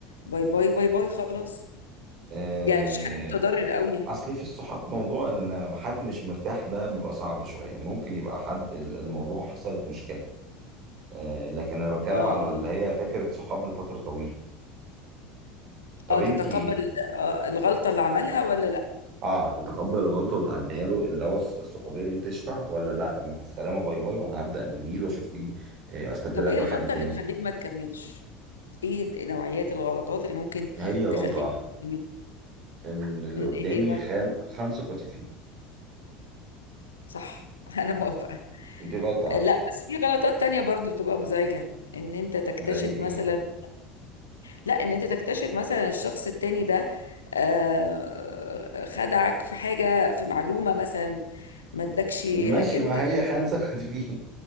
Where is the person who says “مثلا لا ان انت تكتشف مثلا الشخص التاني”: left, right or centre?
Left